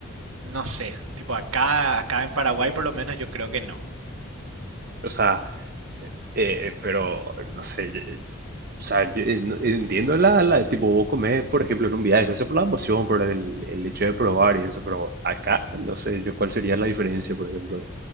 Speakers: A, on the right (about 80°); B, on the right (about 45°).
A: No sé, tipo acá, acá en Paraguay por lo menos yo creo que no,
B: O sea, Eh, pero, no sé, yo- o sea, yo en- entiendo la, la, tipo, vos comés, por ejemplo, en un viaje, eso por la emoción, por el, el hecho de probar y eso, pero acá, no sé, yo cuál sería la diferencia, por ejemplo,